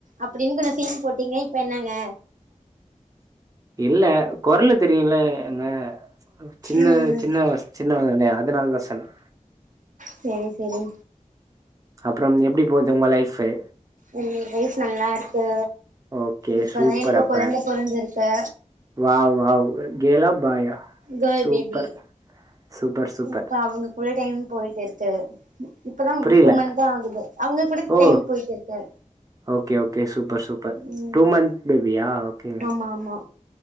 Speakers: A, on the right; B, on the right.
A: அப்டின் கொஞ்ச சீன் போட்டீங்க இப்ப என்னங்க
B: இல்ல கொர்லு தெரியுல ஏங்க சின்ன
A: ம்
B: சின்ன வஸ் சின்ன வேங்ட அதனாலதா சொன்ன
A: செரி செரி
B: அப்றம் எப்டி போது உங்க லைஃப்பே
A: என் லைப் நல்லார்க்கு
B: ஓகே
A: இப்பதா
B: சூப்பர்
A: எனக்கு
B: அப்ப
A: குழந்தை பொறந்திருக்கு
B: வாவ் வாவ் கேர்லா பாயா
A: girl
B: super
A: baby
B: super super
A: இப்ப அவங்கக்குள்ள டைம் போயிட்டுருக்கு இப்பதா
B: புரியல
A: டூ மந்த் தா ஆகுது அவங்க கூட
B: ஓ
A: டைம் போயிட்டுருக்கு
B: okay okay super super
A: ம்
B: two மந்த் பேபியா ஓகே
A: ஆமா ஆமா